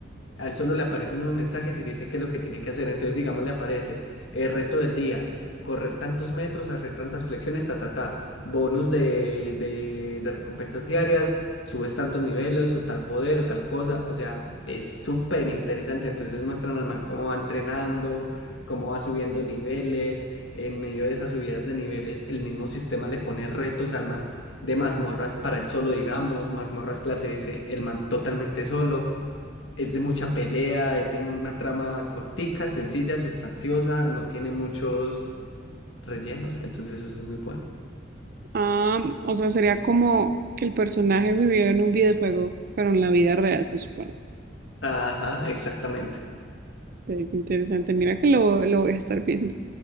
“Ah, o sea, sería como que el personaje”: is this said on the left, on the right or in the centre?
Right